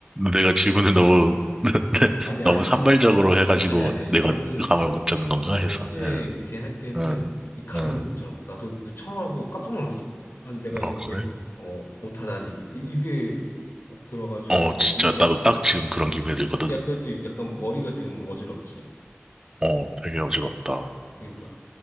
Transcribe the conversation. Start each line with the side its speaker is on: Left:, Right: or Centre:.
Left: 생각이
Right: 내가 질문을
Left: 안 나는
Right: 너무
Left: 거야.
Right: <laughs>
Left: 아니야,
Right: 너무
Left: 아니야.
Right: 산발적으로 해가지고
Left: 아니, 아니야. 이거는
Right: 내가 감을 못 잡는 건가
Left: 첫
Right: 해서.
Left: 번째 이렇게
Right: 응,
Left: 할 때는
Right: 응,
Left: 이 감을
Right: 응.
Left: 못 잡아. 나도 이거 처음 하고 깜짝 놀랐어. 아니, 내가 이렇게,
Right: 어 그래?
Left: 어, 못하다니. 이- 이게 딱 들어가지고
Right: 어 진짜
Left: 놀랐거든?
Right: 나도 딱 지금 그런 기분이 들거든.
Left: 이제 약간, 지- 약간 머리가 지금 어지럽지.
Right: 어, 되게 어지럽다.
Left: 그러니까.